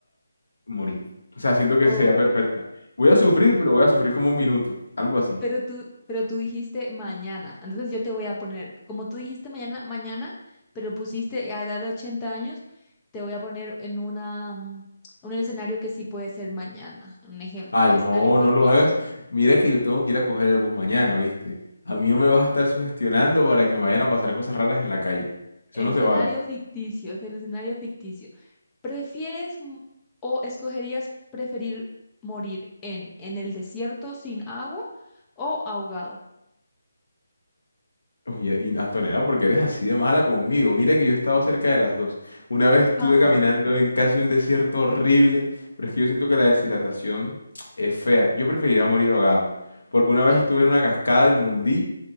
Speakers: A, on the left; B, on the left.
A: morí. O sea, siento que
B: Ah,
A: esa sería perfecta. Voy a sufrir, pero voy a sufrir como un minuto, algo así.
B: Pero tú, pero tú dijiste mañana. Entonces yo te voy a poner, como tú dijiste mañana, mañana, pero pusiste a edad de 80 años, te voy a poner en una, mm, un escenario que sí puede ser mañana. Un ejemplo,
A: Ay,
B: escenario
A: no,
B: ficticio.
A: no lo hagas. Mira que yo tengo que ir a coger el bus mañana, ¿oíste? A mí no me vas a estar sugestionando para que me vayan a pasar cosas raras en la calle. Eso
B: Escenario
A: no se vale.
B: ficticio, es el escenario ficticio. ¿Prefieres m- o escogerías preferir morir en, en el desierto sin agua o ahogado?
A: Oye, y Antonella, ¿por qué eres así de mala conmigo?
B: <laughs>
A: Mira que yo he estado cerca de las dos. Una vez estuve
B: Fácil.
A: caminando en casi un desierto horrible, pero es que yo siento que la deshidratación es fea. Yo preferiría morir ahogado, porque una
B: ¿Sí?
A: vez estuve en una cascada y me hundí